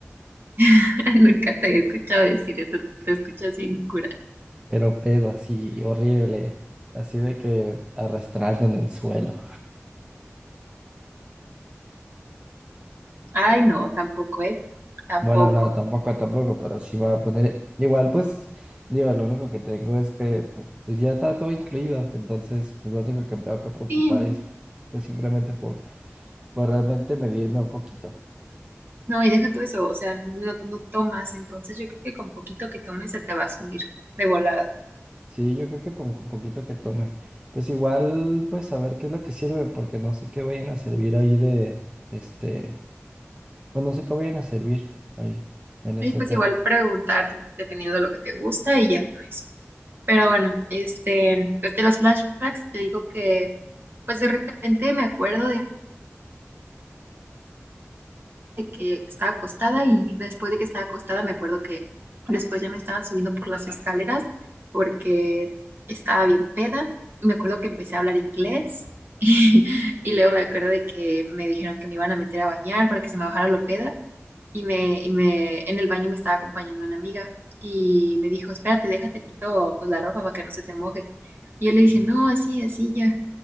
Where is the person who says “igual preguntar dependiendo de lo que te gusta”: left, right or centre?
Right